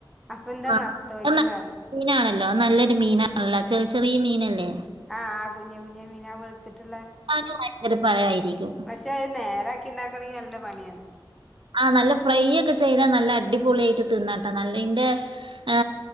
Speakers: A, in the centre; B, on the right.
A: അപ്പൊ എന്താ
B: ആ
A: നത്തോലിന്ന്
B: അത് നല്ല
A: പറഞ്ഞു
B: മീനാണല്ലോ അനല്ലൊരു മീനാണല്ലോ ചെറിയ ചെറിയ മീനല്ലേ?
A: ആ ആ കുഞ്ഞ്കുഞ്ഞ് മീനാ വെളിത്തിട്ടുള്ളേ-
B: ക്കാനും ഭയങ്കര പഴായിരിക്കും
A: പക്ഷെ അത് നേരാക്കി ഉണ്ടാക്കണെങ്കില്നല്ല പണിയാണ്
B: ആഹ് നല്ല ഫ്രൈ ഒക്കെ ചെയ്താൽ നല്ല അടിപൊളിആയിട്ട് തിന്നാംട്ടോ നല്ലതിന്റെ ആ